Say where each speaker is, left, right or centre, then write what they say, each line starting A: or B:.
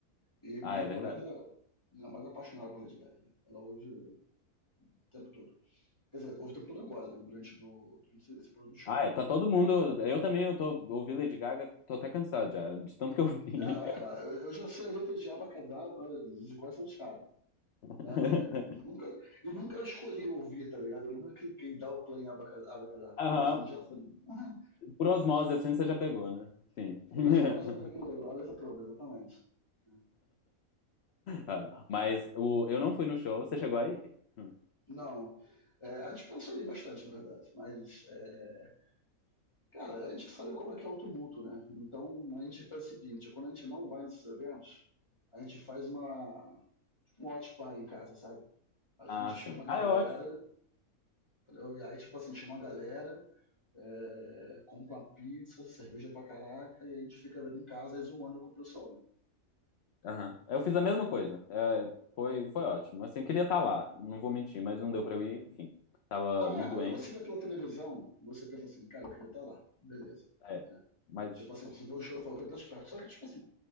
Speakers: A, on the left (about 20°); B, on the left (about 55°).
A: E minha
B: Ah,
A: namorada,
B: é verdade.
A: ela, minha namorada é apaixonada por Lady Gaga, né? Ela hoje o tempo todo. Quer dizer, houve o tempo todo agora, né? Durante, do, durante esse período do show.
B: Ah, é, tá todo
A: Né?
B: mundo. Eu também, eu tô ouvindo Lady Gaga, tô até cansado já, de tanto que eu vi.
A: É, é, eu, eu já sei a letra de Abacadabra de quase salteado.
B: <laughs>
A: Né? nunca, e nunca escolhi ouvir, tá ligado? Eu nunca cliquei dar o play em Abacadabra,
B: Aham.
A: mas já. assim, <laughs>
B: Por osmose, assim, você já pegou, né? Sim.
A: Por
B: <laughs>
A: as horas eu já peguei a letra toda, exatamente. né.
B: Ah, Mas o, eu não fui no show. Você chegou aí? Hum.
A: Não. É, a gente pensou aí bastante, na verdade. Mas, é, cara, a gente sabe como é que é o tumulto, né? Então, a gente faz o seguinte: quando a gente não vai nesses eventos, a gente faz uma, um watch party em casa, sabe? A
B: Ah,
A: gente
B: sim.
A: chama a galera,
B: Ah, é ótimo.
A: entendeu? E aí, tipo assim, chama a galera, é, compra uma pizza, cerveja pra caraca, e a gente fica vendo em casa e zoando com o pessoal, né?
B: Aham. Eu fiz a mesma coisa. É, foi, foi ótimo. Assim, eu queria estar lá. Não vou mentir, mas não deu pra eu ir. Enfim, tava
A: Ah,
B: muito
A: quando
B: doente.
A: você vê pela televisão, você pensa assim, cara, eu queria estar lá, beleza,
B: É.
A: né?
B: Mas,
A: Tipo assim, você vê o show e fala que eu tô esperto. Só que, tipo assim,